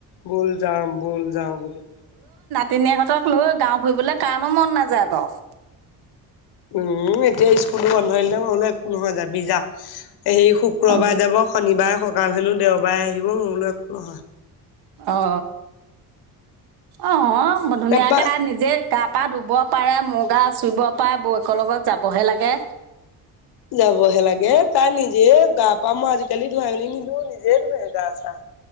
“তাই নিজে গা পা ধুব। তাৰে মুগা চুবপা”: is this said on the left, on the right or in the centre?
Right